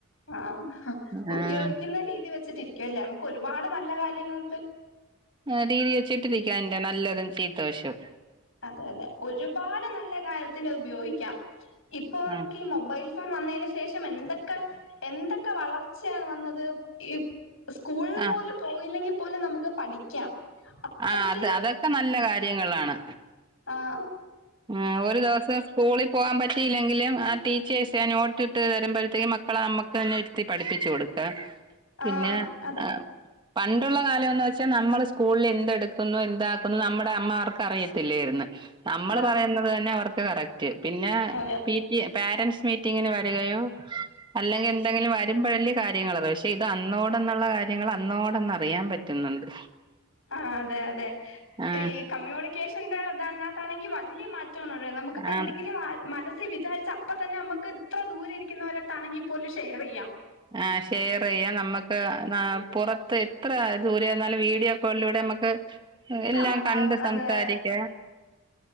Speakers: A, on the left; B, on the right.
A: ആഹ്
B: ആഹ്
A: ഉപയോഗിക്കുന്ന രീതി വെച്ചിട്ടിരിക്കുവല്ലേ നമുക്ക് ഒരുപാട് നല്ല കാര്യങ്ങൾക്ക്
B: ഏഹ് രീതി വെച്ചിട്ടിരിക്കയിന്റെ നല്ലതും ചീത്ത വശോം
A: അതെ അതെ ഒരുപാട് നല്ല കാര്യത്തിന് അത് ഉപയോഗിക്കാം ഇപ്പൊ
B: ഉം
A: ക്കി മൊബൈൽ ഫോൺ വന്നേന് ശേഷം എന്തൊക്കെ എന്തൊക്കെ വളർച്ചയാണ് വന്നത് ഈ സ്കൂളില്
B: ആഹ്
A: പോലും പോയില്ലെങ്കി പോലും നമുക്ക് പഠിക്കാം അത്രക്ക്
B: ആഹ് അത് അതൊക്കെ നല്ല കാര്യങ്ങളാണ്.
A: ആഹ്
B: ആഹ് ഒരു ദെവസം സ്കൂളി പോവാൻ പറ്റ് ല്ലെങ്കിലും ആഹ് ടീച്ചേഴ്സ് എ നോട്ടിട്ട് തരുമ്പഴത്തേക്കും മക്കളെ നമ്മക്ക് തന്നെ ഇരുത്തി പഠപ്പിച്ചു കൊടുക്കാ. പിന്നെ
A: ആ അതെ
B: ആഹ് പണ്ടുള്ള കാലവെന്ന് വെച്ചാ നമ്മളെ സ്കൂളിൽ എന്തെടുക്കുന്നു എന്താക്കുന്നു നമ്മടെ അമ്മമാർക്ക് അറിയത് ത്തില്ലേർന്ന് നമ്മള്
A: ആ
B: പറയുന്നത് തന്നെ അവർക്ക് കറക്റ്റ് പിന്നാ
A: അതെ
B: പീ റ്റി എ പാരൻ്റ്സ് മീറ്റിങ്ങിന് വരികയോ അല്ലെങ്കി എന്തെങ്കിലും വരുമ്പഴല്ലെ കാര്യങ്ങള് അറിയോ ക്ഷെ ഇത് അന്നോടന്നുള്ള കാര്യങ്ങള് അന്നോടന്ന് അറിയാൻ പറ്റുന്നുണ്ട്.
A: ആഹ് അതെ അതെ.
B: ആഹ്
A: ഈ കമ്മ്യൂണിക്കേഷന്റെ ഇതതിനകത്താണെങ്കിൽ വല്യ മാറ്റ <unintelligible> നമുക്ക് ഇപ്പം
B: ആഹ്
A: എന്തെങ്കിലും മനസി വിചാരിച്ച അപ്പ തന്നെ നമുക്ക് ഇത്ര ദൂരെ ഇരിക്കുന്നവരത്താണെങ്കിൽ പോലും ഷെയർ ചെയ്യാം.
B: ആഹ് ഷെയർ ചെയ്യാം. നമക്ക് പുറത്ത് എത്ര ദൂരെ ഇരുന്നാലും വീഡിയോ കോളിലൂടെ നമുക്ക് എല്ലാം
A: കാണാ
B: കണ്ട്
A: അതെ
B: സംസാരിക്ക